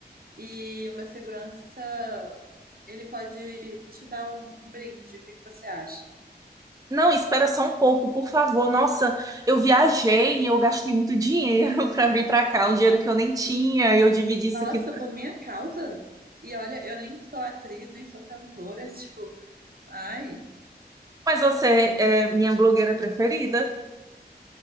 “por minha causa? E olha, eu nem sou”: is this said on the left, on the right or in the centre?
Right